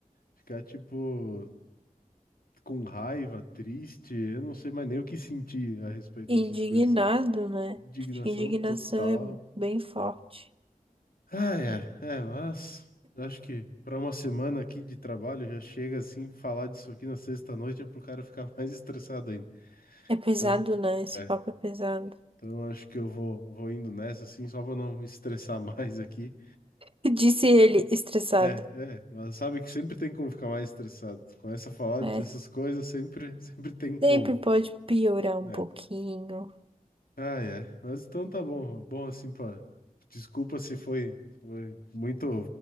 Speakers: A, on the left; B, on the right.
A: Ficar, tipo, com raiva, triste, eu não sei mais nem o que sentir a respeito
B: Indignado,
A: dessas coisas, sabe?
B: né?
A: Indignação
B: Acho que indignação
A: total.
B: é bem forte.
A: Ai, ai, é, mas eu acho que pra uma semana aqui de trabalho já chega assim, falar disso aqui na sexta-noite é pro cara ficar <laughs> mais estressado ainda.
B: É pesado,
A: Então,
B: né? Esse
A: é.
B: papo é pesado.
A: Então eu acho que eu vou, vou indo nessa assim, só pra não me estressar <laughs> mais aqui.
B: <laughs> Disse ele, estressado.
A: É, é, mas sabe que sempre tem como ficar mais estressado. Tu começa a falar
B: É,
A: dessas coisas, sempre, sempre tem como.
B: sempre pode piorar um
A: É.
B: pouquinho.
A: Ah, é. Mas então tá bom. Bom assim pra. Desculpa se foi, foi muito